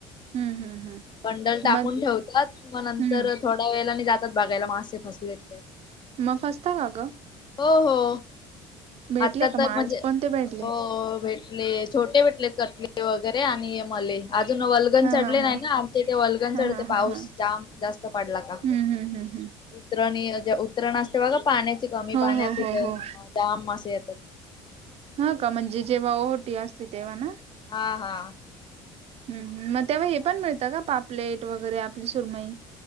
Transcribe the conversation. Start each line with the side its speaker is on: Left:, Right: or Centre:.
Right: हम्म हम्म हम्म
Left: बंडल टाकून
Right: मग
Left: ठेवतात मग नंतर
Right: हम्म
Left: थोड ड वेळेला जातात बघायला मासे फसलेत काय.
Right: मग फस्ता का कां
Left: हो हो
Right: भेटले
Left: आता
Right: का
Left: तर
Right: मग आज
Left: म्हणजे
Right: कोणते भेटले
Left: हो भेट ले छोटे भेटलेत कटले वगैरे आणि मले अजून वलगन
Right: हा
Left: चढले
Right: हा
Left: नाही
Right: हा
Left: ना आम तेथे वल्गन
Right: हा
Left: चढते
Right: हा हा
Left: पाऊस
Right: हा
Left: जाम जास्त पडला का
Right: हम्म हम्म हम्म हम्म
Left: उतरणी ज उतरण असते बघा पाण्याची कमी
Right: हो
Left: पाण्यात
Right: हो
Left: तिथे
Right: हो हो
Left: जाम मसे येतात
Right: ह का म्हणजे जेव्हा ओहटी असते तेव्हा ना.
Left: हा हा
Right: हम् मग
Left: भरपूर
Right: तेव्हा हे
Left: पाव
Right: पण मिळतं का पापलेट वगैरे आपली सुरमई